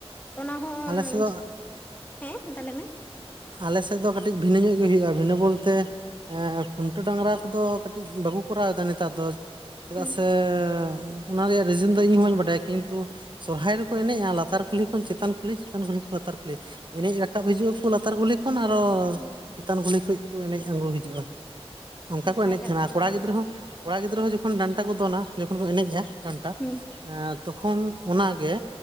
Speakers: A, on the left; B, on the right.
A: ᱚᱱᱟ ᱦᱚᱸ
B: ᱟᱞᱮ ᱥᱮᱫ ᱫᱚ
A: ᱦᱮᱸ ᱛᱟᱦᱚᱞᱮ <unintelligible>
B: ᱟᱞᱮ ᱥᱮᱫ ᱫᱚ ᱠᱟᱹᱴᱤᱡ ᱵᱷᱤᱱᱟᱹ ᱧᱚᱜ ᱜᱮ ᱦᱩᱭᱩᱜᱼᱟ᱾ ᱵᱷᱤᱱᱟᱹ ᱵᱚᱞᱛᱮ ᱮᱸ ᱠᱷᱩᱱᱴᱟᱹᱣ ᱰᱟᱝᱨᱟ ᱠᱚᱫᱚ ᱠᱟᱹᱴᱤᱡ ᱵᱟᱠᱚ ᱠᱚᱨᱟᱣᱮᱫᱟ ᱱᱮᱛᱟᱨ ᱫᱚ᱾ ᱪᱮᱫᱟᱜ
A: ᱦᱩᱸ
B: ᱥᱮ ᱚᱱᱟ ᱨᱮᱭᱟᱜ ᱨᱤᱡᱮᱱ ᱫᱚ ᱤᱧ ᱦᱚᱸ ᱵᱟᱸᱧ ᱵᱟᱰᱟᱭᱟ ᱠᱤᱱᱛᱩ ᱥᱚᱨᱦᱟᱭ ᱨᱮᱠᱚ ᱮᱱᱮᱡ-ᱟ ᱞᱟᱛᱟᱨ ᱠᱩᱞᱦᱤ ᱠᱷᱚᱱ ᱪᱮᱛᱟᱱ ᱠᱩᱞᱦᱤ, ᱪᱮᱛᱟᱱ ᱠᱩᱞᱦᱤ ᱠᱷᱚᱱ ᱞᱟᱛᱟᱨ ᱠᱩᱞᱦᱤ ᱮᱱᱮᱡ ᱨᱟ ᱨᱟᱠᱟᱵ ᱦᱤᱡᱩᱜ ᱟᱠᱚ ᱞᱟᱛᱟᱨ ᱠᱩᱞᱦᱤ ᱠᱷᱚᱱ ᱟᱨᱚ
A: ᱦᱩᱸ
B: ᱪᱮᱛᱟᱱ ᱠᱩᱞᱦᱤ ᱠᱷᱚᱱᱡ ᱠᱚ ᱮᱱᱮᱡ ᱟᱝᱜᱚ ᱦᱤᱡᱩᱜ-ᱟ᱾ ᱚᱱᱠᱟ
A: ᱱᱟᱯᱟᱭ
B: ᱠᱚ ᱮᱱᱮᱡ
A: ᱠᱟᱛᱷᱟ
B: ᱛᱟᱦᱮᱱᱟ᱾
A: ᱚᱱᱟ
B: ᱠᱚᱲᱟ ᱜᱤᱫᱽᱨᱟᱹ
A: ᱫᱚ
B: ᱦᱚᱸ ᱠᱚᱲᱟ ᱜᱤᱫᱽᱨᱟᱹ ᱦᱚᱸ ᱡᱚᱠᱷᱚᱱ ᱰᱟᱱᱴᱟ ᱠᱚ ᱫᱚᱱᱟ, ᱡᱚᱠᱷᱚᱱ ᱠᱚ ᱮᱱᱮᱡ-ᱟ ᱰᱟᱱᱴᱟ
A: ᱦᱩᱸ
B: ᱮᱸ ᱛᱚᱠᱷᱚᱱ ᱚᱱᱟᱜᱮ